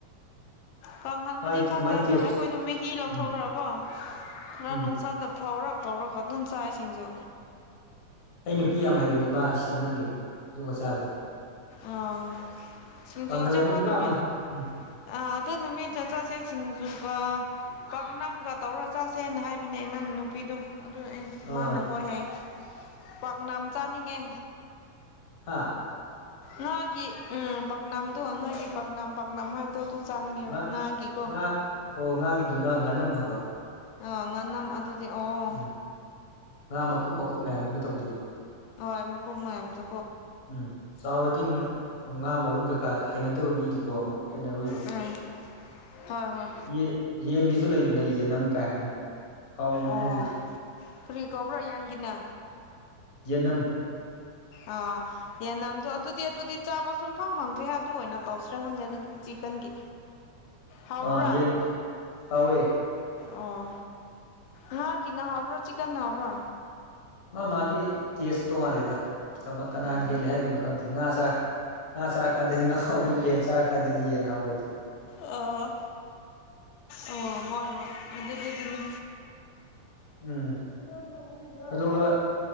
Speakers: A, on the left (about 85°); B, on the left (about 60°).
A: ꯀꯥꯡꯍꯟꯕꯗꯤ
B: ꯃꯥꯏ
A: ꯈꯪꯗꯦ
B: ꯃꯥꯏ
A: ꯑꯗꯨꯝ
B: ꯇꯦꯁ
A: ꯑꯩꯈꯣꯏꯗꯣ ꯃꯍꯤ ꯂꯧꯊꯣꯛꯔꯀꯣ
B: ꯎꯝ
A: ꯈꯔ
B: ꯎꯝ
A: ꯅꯨꯡꯁꯥꯗ ꯐꯥꯎꯔꯛ ꯇꯧꯔꯒ ꯑꯗꯨꯝ ꯆꯥꯏ ꯁꯤꯡꯖꯨ
B: ꯑꯩ ꯅꯨꯄꯤ ꯌꯥꯝ ꯍꯩꯕꯅꯦ ꯃꯥ ꯁꯦꯝꯍꯟꯒꯦ ꯗꯨꯒ ꯆꯥꯁꯦ
A: ꯑꯣ ꯁꯤꯡꯖꯨ
B: ꯀꯪꯍꯜꯂꯅꯤ
A: ꯁꯦꯝꯕ
B: ꯄꯨꯔꯥ
A: ꯅꯨꯃꯤꯠ
B: ꯃꯩ ꯎꯝ
A: ꯑ ꯑꯗꯨ ꯅꯨꯃꯤꯠ ꯆꯠ ꯆꯁꯦ ꯁꯤꯡꯖꯨꯒ ꯄꯥꯛꯅꯝꯒ ꯇꯧꯔ ꯆꯥꯁꯦꯅ ꯍꯥꯏꯕꯅꯦ ꯅꯪ ꯅꯨꯄꯤꯗꯣ ꯑꯗꯨ ꯑꯩ
B: ꯑꯥ
A: ꯃꯥꯅ ꯍꯣꯏ ꯍꯥꯏ ꯄꯥꯛꯅꯝ ꯆꯥꯅꯤꯡꯉꯦ
B: ꯍꯥꯥ
A: ꯉꯥꯒꯤ ꯎ ꯄꯥꯛꯅꯝꯗꯣ ꯅꯣꯏꯒꯤ ꯄꯥꯛꯅꯝ ꯄꯥꯛꯅꯝ ꯍꯥꯏꯕꯗꯣ ꯑꯗꯨ ꯆꯥꯅꯤꯡꯉꯦꯕ
B: ꯉꯥ
A: ꯉꯥꯒꯤꯀꯣ
B: ꯉꯥ ꯍꯣ ꯉꯥꯒꯤꯗꯨꯅ ꯉꯥꯅꯝ ꯍꯥꯏꯕ
A: ꯑꯥ ꯉꯥꯅꯝ ꯑꯗꯨꯗꯤ ꯑꯣ
B: ꯎꯝ ꯉꯥ ꯃꯀꯨꯞ ꯃꯀꯨꯞ ꯃꯌꯥꯝꯗꯨꯅ ꯇꯧꯗꯣꯏꯕ
A: ꯍꯣꯏ ꯃꯀꯣꯛ ꯃꯌꯥꯝꯗꯨ
B: ꯎꯝ ꯆꯥꯎꯔꯗꯤ ꯃꯨꯛ ꯉꯥ ꯃꯔꯨ ꯀꯩꯀꯥ ꯍꯩꯅꯗꯕ ꯃꯤꯗꯤꯀꯣ ꯑꯃꯨꯛ ꯍꯩꯅꯔꯣꯏꯕ
A: ꯎꯝ ꯍꯣꯏ ꯍꯣꯏ
B: ꯌꯦ ꯌꯦꯟꯒꯤꯁꯨ ꯂꯩꯕꯅꯦ ꯌꯦꯟꯅꯝ ꯀꯥꯏꯅ ꯍꯥꯎꯕꯅꯦ
A: ꯑꯣ
B: ꯃꯣꯏꯁꯨ
A: ꯀꯔꯤ ꯀꯧꯕ꯭ꯔꯥ ꯌꯦꯟꯒꯤꯅ
B: ꯌꯦꯟꯅꯝ
A: ꯑꯥ ꯌꯦꯟꯅꯝꯗꯣ ꯑꯗꯨꯗꯤ ꯑꯗꯨꯗꯤ ꯆꯥꯕ ꯁꯨꯡ ꯐꯪ ꯐꯪꯗ꯭ꯔꯤꯌꯦ ꯑꯗꯨ ꯑꯣꯏꯅ ꯇꯧꯁꯤꯔ ꯈꯪꯗꯦ ꯑꯗꯨꯗꯤ ꯆꯤꯛꯀꯟꯒꯤ ꯍꯥꯎꯕ꯭ꯔꯥ
B: ꯑꯥ ꯌꯦꯟ ꯍꯥꯎꯋꯦ
A: ꯑꯣ ꯉꯥꯒꯤꯅ ꯍꯥꯎꯕ꯭ꯔꯣ ꯆꯤꯛꯀꯟꯅ ꯍꯥꯎꯕ꯭ꯔꯣ
B: ꯃꯥ ꯃꯥꯒꯤ ꯇꯦꯁ ꯇꯣꯉꯥꯜꯂꯤꯗ ꯀꯃ ꯀꯅꯥꯅ
A: ꯎꯝ
B: ꯍꯦꯜꯂꯤ ꯍꯥꯏꯗꯨꯅꯣ ꯈꯪꯗꯦ ꯉꯥ ꯆꯥ ꯉꯥ ꯆꯥꯔ ꯀꯥꯟꯗꯗꯤ ꯉꯥ ꯍꯥꯎꯋꯦ ꯌꯦꯟ ꯆꯥꯔꯀꯥꯟꯗꯗꯤ ꯌꯦꯟ ꯍꯥꯎꯋꯦ
A: ꯑꯥ ꯑꯣ ꯍꯣꯏ ꯍꯣꯏ ꯑꯗꯨꯗꯤ ꯗꯨꯅꯤ
B: ꯎꯝ <unintelligible> ꯑꯗꯨꯒ